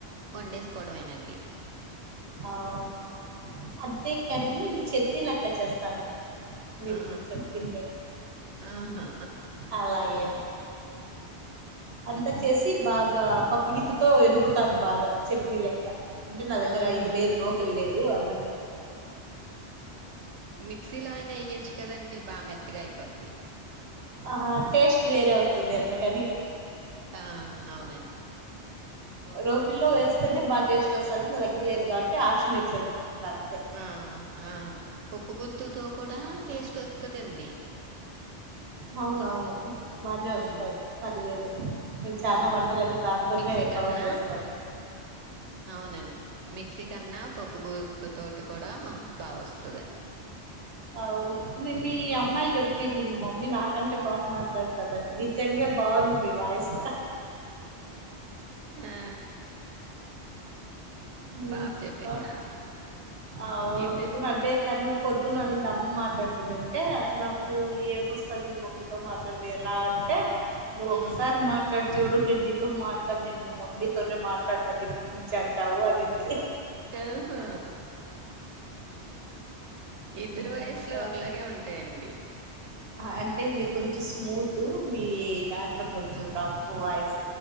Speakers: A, on the right (about 85°); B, on the right (about 65°).
A: వన్ డేస్కోవడమేనండి
B: అవునా అదే కర్రీని
A: హ్మ్.
B: చట్నీ లెక్క చేస్తాను నేను మీరిప్పుడు
A: ఆ
B: చెప్పిందే
A: ఆహా
B: అలా ఏమ్
A: హ్మ్
B: అంతా చేసి బాగా ప గిత్తితో ఎనుపుతాను బాగా చట్నీ లెక్క అంటే నా దగ్గ దగ్గర
A: ఆహా
B: ఇది లేదు రోకలి లేదు అందుకే
A: మిక్సి లో అయిన ఎయ్యొచ్చు కదండీ బాగ మెత్తగా అయిపోద్ది
B: ఆ టేస్ట్ వేరే అవుతుది అందుకని
A: ఆ అవునండి
B: రోకల్లో
A: హ్మ్
B: వేస్తేనే బాగా టేస్ట్ వస్తది నా దగ్గర లేదు కాబట్టి ఆప్షన్ ఇట్లే ఎ తప్పుకున్నాను <unintelligible>
A: ఆ ఆ ఆ పప్పు గుత్తుతో కూడా టేస్ట్ వస్తదండి
B: అవునవును బాగానే వస్తాయి
A: ఉమ్
B: పర్లేదు మేము చానా
A: ఉమ్
B: వంటలకి దాంతోనే
A: మిక్సీ కన్నా
B: కవర్ చేస్తాం <inaudible>
A: అవునండి మిక్సీ కన్నా పప్పు గుత్తు తోటి కూడా బాగా వస్తుంది
B: అవును మీ అమ్మాయి చెప్పింది మా మమ్మీ నాకంటే బాగా మాట్లాడుతదని నిజంగా బాగుంది మీ వాయిసు
A: ఆ
B: ఉమ్,
A: పాప చెప్పిందా
B: ఆ, అవును
A: ఇద్ద
B: అంటే తను పొద్దునను ఇంత అమ్మ మాట్లాడుతుంది అంటే నాకు ఏం వస్తుంది మీ మమ్మీతో మాట్లాడుతే ఎలా అంటే నువ్వు
A: ఉమ్
B: ఒకసారి మాట్లాడుచూడు నేను నీతో మాట్లాడి నేను మీతోనే మాట్లాడతంది ఇప్పటి నుంచి అంటావు అనింది
A: ఆహా ఇద్దరు
B: ఇంకా
A: వయిసులో ఒకలాగే ఉంటాయండి
B: అంటే మీరు కొంచెం స్మూత్ మీ దాంట్లో కొంచెం రఫ్ వాయిస్